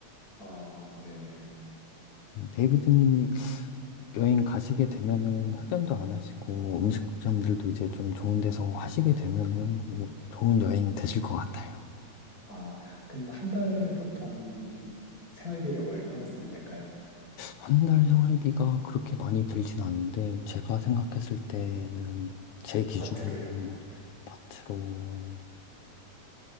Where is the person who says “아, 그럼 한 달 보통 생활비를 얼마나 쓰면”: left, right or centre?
Left